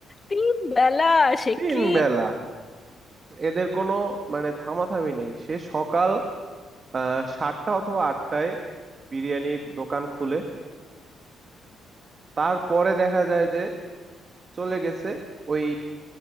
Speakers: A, on the left; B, on the right.
A: তিন বেলা সে
B: তিন
A: কি
B: বেলা এদের কোনো মানে থামাথামি নেই সে সকাল আহ সাতটা অথবা আটটায় বিরিয়ানির দোকান খুলে তারপরে দেখা যায় যে চলে গেছে ওই